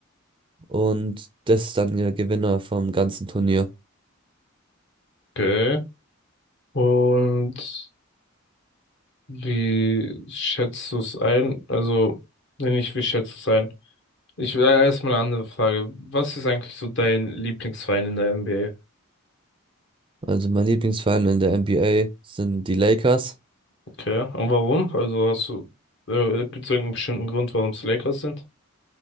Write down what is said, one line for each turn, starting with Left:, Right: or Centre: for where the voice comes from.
Right: Und das ist dann der Gewinner vom ganzen Turnier.
Left: Okay. Und wie schätzt du es ein? Also, nee, nicht wie schätzt du es ein? Ich will erstmal eine andere Frage. Was ist eigentlich so dein Lieblingsverein in der NBA?
Right: Also mein Lieblingsverein in der NBA sind die Lakers.
Left: Okay. Und warum? Also hast du, äh, gibt es irgendeinen bestimmten Grund, warum es Lakers sind?